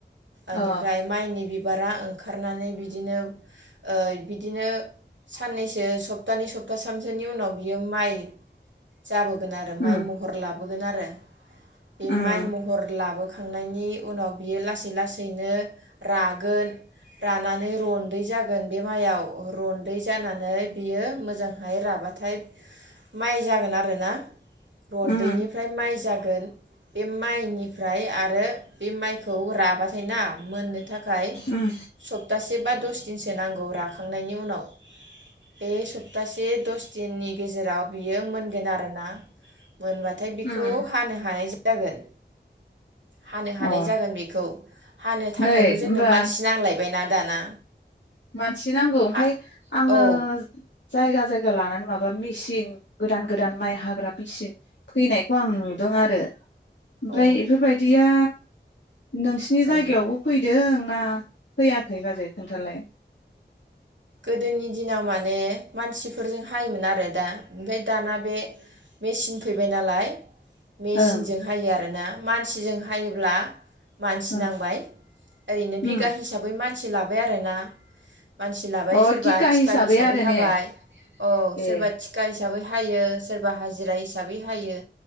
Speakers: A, on the right; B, on the left.
A: ओनिफ्राय
B: अ
A: माइनि बिब बिबारा ओंखारनानै बिदिनो ओ बिदिनो साननैसो सप्तानै सप्ताथामसोनि उनाव बियो माइ जाबोगोन आरो
B: उम
A: माइ महर लाब नुगोन आरो बे
B: उम
A: माइ महर लाबोख थांनायनि उनाव बियो लासै लासैनो रागोन रानानै रन्दै जागोन बे माइआव रन्दै जानानै बियो मोजांहाय राबाथाय माइ जागोन आरोना रन्दैनिफ्राय
B: उम
A: माइ जाय गोन बे माइनिफ्राय आरो बे माइखौ राबाथाय ना मोनो थाखाय
B: उम
A: सप्तासेब बा दस दिनसो नांगौ राख थांनायनि उनाव ए सप्तासे दस दिननि गेजेराव बियो मोनगोन आरोना मोनबाथाय बिखौ
B: उम
A: हानो हानाय जायो जागोन हानो हानाय
B: अ
A: जागोन बेखौ हानो थाखायबो
B: नै
A: जोंनो
B: होमबा
A: मानसि नांलायबाय ना दाना
B: मानसि नांगौ ओमफ्राय
A: हा
B: आंङो
A: औ
B: जायगा जायगा लानानै माबा मेचन गोदान गोदान माइ हाग्रा मेचन फैनायखौ आं नुदों आरो ओमफ्राय
A: औ
B: बेफोरबायदिया नोंसिनि
A: औ
B: जायगायावबो फैदों ना फैयाखै बाजै खोन्थालाय?
A: गोदोनि दिनाव माने मानसिफोरजों हायोमोन आरो दा ओमफ्राय दाना बे मेचिन फैबाय नालाय मेसिनजों
B: ओं
A: हायो आरोना मानसिजों हायोब्ला मानसि
B: ओं
A: नांबाय ओरैनो बिगा
B: उम
A: हिसाबै मानसि मानसि लाबाय आरोना मानसि लाबाय
B: अ
A: सोरबा थिखा हिसाबै
B: आरो
A: हाबाय
B: ने
A: अ सोरबा
B: ए
A: थिखा हिसाबै हायो सोरबा हाजिरा हिसाबै हायो